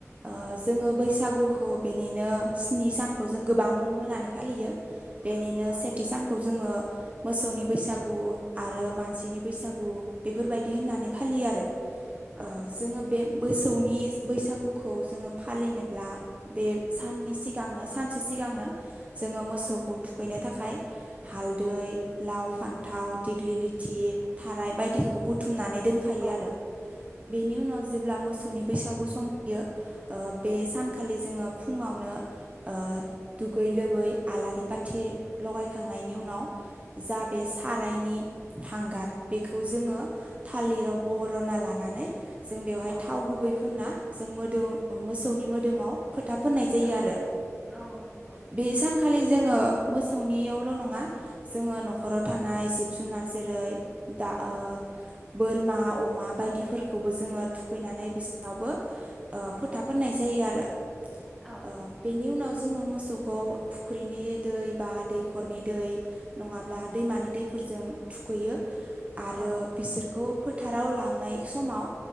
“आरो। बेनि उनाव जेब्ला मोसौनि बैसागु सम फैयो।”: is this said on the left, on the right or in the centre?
Right